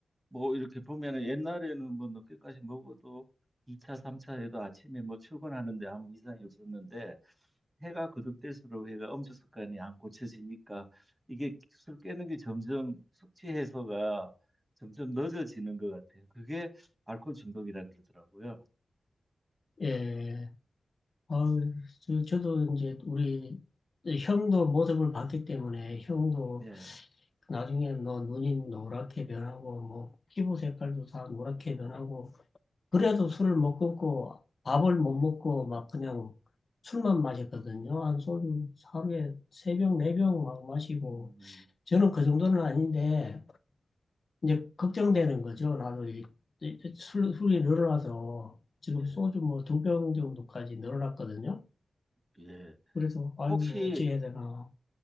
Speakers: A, on the right; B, on the left.
A: 뭐 이렇게 보면은 옛날에는 뭐 늦게까지 먹어도 2차, 3차에도 아침에 뭐 출근하는데 아무 이상이 없었는데 해가 거듭될수록 해가 음주 습관이 안 고쳐지니까 이게 술 깨는 게 점점 숙취 해소가 점점 늦어지는 것 같아요. 그게 알코올 중독이라 그러더라고요.
B: 예. 어 저, 저도 이제 우리 형도 모습을 봤기 때문에 형도
A: 예.
B: 나중에 뭐 눈이 노랗게 변하고 뭐 피부 색깔도 다 노랗게 변하고 그래도 술을 못 끊고 밥을 못 먹고 막 그냥 술만 마셨거든요. 한 소주 하루에 세 병, 네 병 막 마시고
A: 음,
B: 저는 그 정도는 아닌데 이제 걱정되는 거죠. 나도 이- 이- 이 술, 술이 늘어나서 지금
A: 예,
B: 소주 뭐 두 병 정도까지 늘어났거든요.
A: 예.
B: 그래서
A: 혹시,
B: 아이고 어찌 해야 되나.